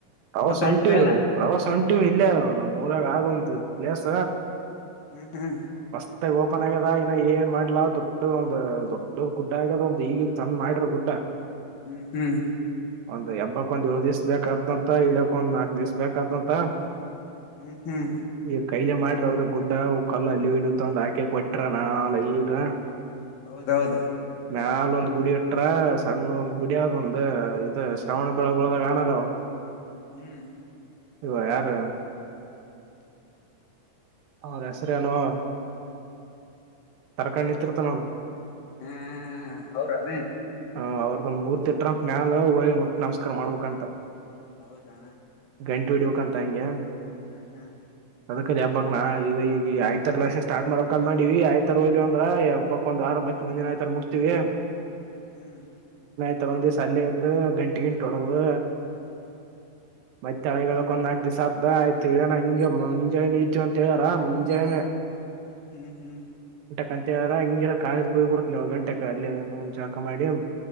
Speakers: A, on the right; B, on the left.
A: ಪ್ರವಾಸ
B: ಹೊಂಟ್ರಿ
A: ಉಂಟು
B: ಅಲ್ಲ
A: ಪ್ರವಾಸ ಸೊಂಟೇವ ಇಲ್ಲೇ ನಮ್ ಊರಾಗ ಆದ ಒಂದು ಪ್ಲೇಸ್
B: ಹ್ಮ್ ಹ್ಮ್
A: ಮತ್ತ ಓಪನ್ ಆಗ್ಯದ ಇನ್ನ ಏನ್ ಮಾಡ್ಲ ದೊಡ್ಡ ಒಂದ್ ದೊಡ್ಡ ಗುಡ್ಡ ಆಗ್ಯದ ಒಂದ್ ಈಗೀಗ ಚಂದ್ ಮಾಡಿರೋ ಗುಡ್ಡ
B: ಹ್ಮ್ ಹ್ಮ್
A: ಹ ಈ ಹಬ್ಬಕ್ ಒಂದ ಏಳು ದಿವ್ ಬೇಕಕ್ದಂತ ಈ ಇಡಕ್ ಒಂದ್ ನಾಕಕ್ ದಿವಸ ಬೇಕಾದಂತ
B: ಹ್ಮ್ ಹ್ಮ್
A: ಈ ಕೈಲೆ ಮಾಡ್ರ ಅವ್ರರು ಗುಡ್ಡ ಕಲ್ಲ ಅಲ್ಲಿ ಇಲ್ಲಿ ತಗಂದ್ ಹಾಕಕ್ ಕೊಟ್ರ ನಾಲ ಈರ
B: ಹೌದೌದು
A: ಮ್ಯಾಲ ಒಂದ್ ಗುಡಿ ಇಟ್ರ ಸಣ್ಣದ ಒಂದ್ ಗುಡದ ಒಂದ ಇದು ಶ್ರಾವಣ ಬೆಳಗ್ಗಳದಾಗ ಆನಲ್ಲಾವು
B: ಹ್ಮ್
A: ಇ ಯಾರು ಹೌದಾ ಸರಿಯಾನು ತರಕಂಡ ನಿತಿರ್ತನ
B: ಹ್ಮ್ ಅವ್ರಾನೇ
A: ಹ ಅವ್ರದ ಮೂರ್ತಿಟ್ರ ಅಂತ ಮ್ಯಾಲ ಹೋಗಿ ಮುಟ್ಟಿ ನಮಸ್ಕಾರ ಮಾಡ್ಬೇಕಂತ
B: ಹೌದಾ
A: ಗಂಟು ಹ ಇಡ್ಬೇಕಂತ ಹಂಗೆ
B: ಹ್ಮ್ ಹ್ಮ್
A: ಅದಕ ಹಬ್ಬಕ್ ನಾ ಈಗ ಈ ಆಯ್ತಲ್ಲಾ ಸ್ಟಾರ್ಟ್ ಮಾಡಕ ಮಾಡೀವಿ ಆಯ್ತರ ಹೋದ್ವ ಅಂದ್ರ ಹಬ್ಬಕ್ ಒಂದ್ ಆರು ಮತ್ತತ್ ಮಂದಿನ ಆಯ್ತರ ಮುಡ್ತಿವಿ
B: ಹ್ಮ್
A: ಇತ್ತ ಒಂದ ದಿವಸ ಅಲ್ಲ ಇದದ್ದು ಗಂಟಿ ಗಿಟ ಹೋಡ್ದ ಮತ್ತ ತಳೆಗಕ್ ಒಂದ್ ನಾಲ್ಕು ದಿವಸ ಆದ ಆಯ್ತು ಇನ ಹಂಗ ಮುಂಜಾನೆ ಇತ ಅಂತ ಹೇಳಾರ ಮುಂಜಾನೆ
B: ಹ್ಮ ಹ್ಮ
A: ಗಂಟೆರ ಹಿಂಗಿರ ಕಾಲೇಜ್ ಹೋಗ್ ಬಿಡ್ತನ ಎಳೆ ಗಂಟೆ ಅಲ್ಲಿ ಜಳಕಾ ಮಾಡಿ